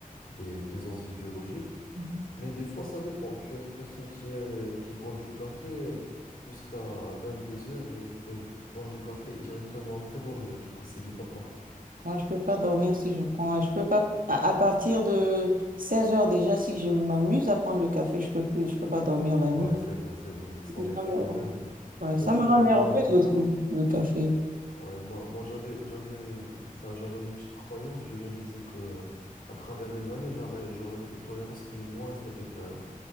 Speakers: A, on the left; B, on the right.
A: des, des enzymes biologiques.
B: Mhm.
A: Mais des fois, ça dépend. Tu as des personnes qui, euh, qui boivent du café euh, jusqu'à deux heures et ils peuvent boire le café et directement après dormir. Du coup, c'est du cas par cas.
B: Moi, je peux pas dormir si je prends. Je peux pas. À, à partir de 16 heures déjà, si je m'amuse à prendre le café, je peux plus, je peux pas dormir la nuit.
A: Ouais, c'est vrai, c'est vrai. Son
B: Et puis,
A: effet
B: ça me-
A: quand même.
B: Ouais,
A: Moi
B: ça
A: aussi,
B: me
A: j'avais
B: rend nerveuse
A: remarqué
B: aussi,
A: ça.
B: le café.
A: Ouais, moi, moi j'avais, j'avais, euh, enfin, j'avais une petite croyance. Je me disais que euh, à travers les années, j'aurais, j'aurais une tolérance qui est moins, c'est-à-dire euh,